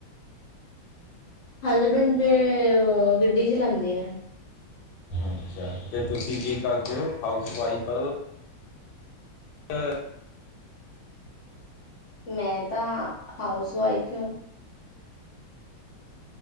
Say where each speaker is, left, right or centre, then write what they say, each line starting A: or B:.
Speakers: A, on the left (about 50°); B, on the left (about 65°).
A: ਹੱਲੇ ਬਿੰਬੇ ਗੱਡੀ ਚਲਾਂਦੇ ਐ।
B: ਅੱਛਾ, ਤੇ ਤੁਸੀਂ ਕੀ ਕਰਦੇ ਔ? ਹਾਊਸ ਵਾਈਫ ਅ
A: ਮੈਂ ਤਾਂ ਹਾਊਸ ਵਾਈਫ ਹ